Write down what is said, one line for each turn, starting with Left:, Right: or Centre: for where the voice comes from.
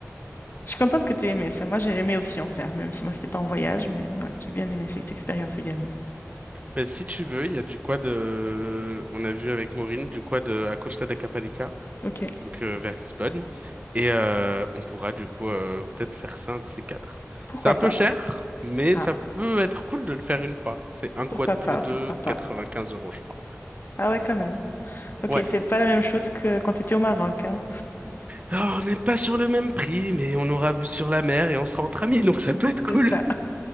Left: Je suis contente que tu aies aimé ça. Moi, j'ai aimé aussi en faire, même si moi, c'était pas en voyage, mais ouais, j'ai bien aimé cette expérience également.
Right: Ben, si tu veux, il y a du quad. euh, On a vu avec Maureen, du quad euh, à Costa da Caparica.
Left: Ok.
Right: donc euh, vers Lisbonne. Et euh, on pourra du coup euh, peut-être faire ça un de ces quatre.
Left: Pourquoi
Right: C'est un
Left: pas?
Right: peu cher, mais
Left: Ah,
Right: ça peut être cool de le faire une fois. C'est un
Left: pourquoi
Right: quad pour
Left: pas?
Right: deux,
Left: Pourquoi pas?
Right: 95 euros, je crois.
Left: Ah ouais, quand même. Ok,
Right: Ouais.
Left: c'est pas la même chose que quand tu étais au Maroc, hein.
Right: Alors, on n'est pas sur le même prix, mais on aura vu sur la mer et on sera entre amis, donc ça peut être cool.
Left: C'est ça.